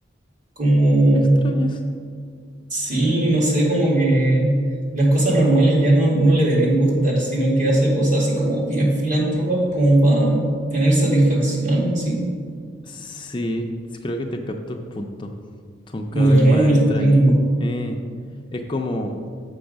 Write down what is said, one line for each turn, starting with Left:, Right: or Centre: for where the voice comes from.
Right: como,
Left: Extraño
Right: sí, no sé, como que las cosas normales ya no, no le deben gustar, sino que hace cosas así como bien filántropas, como para tener satisfacción, así.
Left: Sí, sí creo que te capto el punto. Son cada
Right: Como que
Left: vez
Right: ganar
Left: más
Right: un
Left: extrañas.
Right: estímulo,
Left: Eh, es como,